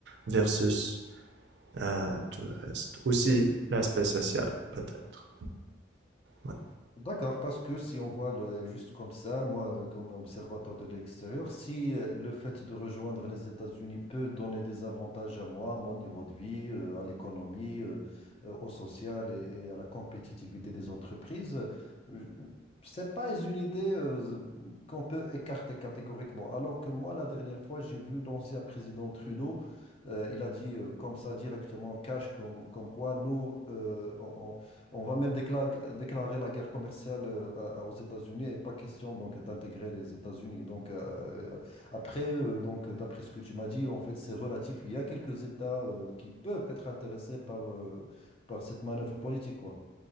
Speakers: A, on the right; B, on the left.
A: versus euh, tout le reste. Aussi l'aspect social, peut-être. Ouais.
B: D'accord, parce que si on voit le- juste comme ça, moi, euh, comme observateur de l'extérieur, si euh, le fait de rejoindre les États-Unis peut donner des avantages à moi, à mon niveau de vie, euh, à l'économie, euh, euh, au social et, et à la compétitivité des entreprises, euh, je- c'est pas une idée euh, qu'on peut écarter catégoriquement. Alors que moi, la dernière fois, j'ai vu l'ancien président Trudeau, euh, il a dit euh, comme ça directement, cash, comme, comme quoi nous, euh, on, on va même décla- déclarer la guerre commerciale euh, à- aux États-Unis et pas question donc d'intégrer les États-Unis. Donc euh, après, euh, donc d'après ce que tu m'as dit, en fait, c'est relatif. Il y a quelques États euh, qui peuvent être intéressés par euh, par cette manœuvre politique, quoi.